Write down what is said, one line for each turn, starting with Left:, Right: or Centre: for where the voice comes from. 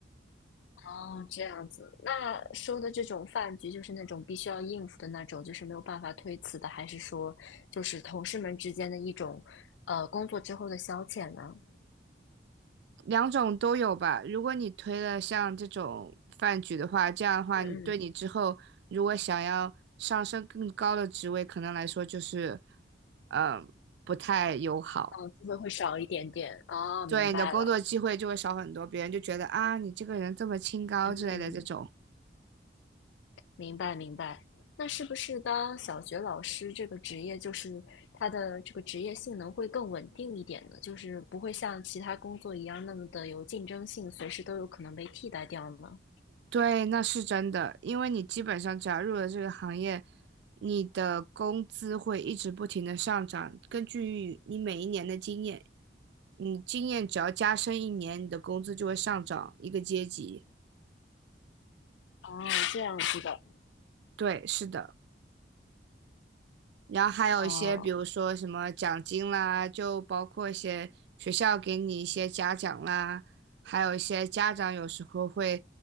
Left: 哦，这样子。那说的这种饭局，就是那种必须要应付的那种，就是没有办法推辞的，还是说就是同事们之间的一种，呃，工作之后的消遣呢？
Right: 两种都有吧。如果你推了像这种饭局的话，这样的话你对你之后如果想要上升更高的职位，
Left: 嗯
Right: 可能来说就是，嗯，不太友好。
Left: 哦，机会会少一点点。哦，
Right: 对你的工作机会就会少很多，
Left: 明白了。
Right: 别人就觉得啊，你这个人这么清高之类的这种。
Left: 嗯，明白明白。那是不是当小学老师这个职业，就是他的这个职业性能会更稳定一点呢？就是不会像其他工作一样那么的有竞争性，随时都有可能被替代掉呢？
Right: 对，那是真的，因为你基本上只要入了这个行业，你的工资会一直不停的上涨。根据你每一年的经验，你经验只要加深一年，你的工资就会上涨一个阶级。
Left: 哦，这样子的。
Right: 对，是的。然后还有一些，
Left: 哦
Right: 比如说什么奖金啦，就包括一些学校给你一些嘉奖啦，还有一些家长有时候会，